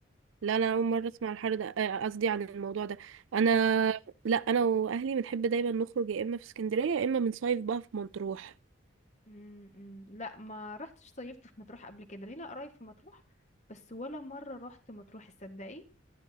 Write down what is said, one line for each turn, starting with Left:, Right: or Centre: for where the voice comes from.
Right: لا انا اول مره اسمع الحر ده آه، قصدي عن الموضوع ده انا لا انا واهلي بنحب دايما نخرج يا اما في اسكندريه يا اما بنصيف بقى في مطروح
Left: امم لا ما رحتش صيفت في مطروح قبل كده لينا قرايب في مطروح بس ولا مرة رحت مطروح تصدقي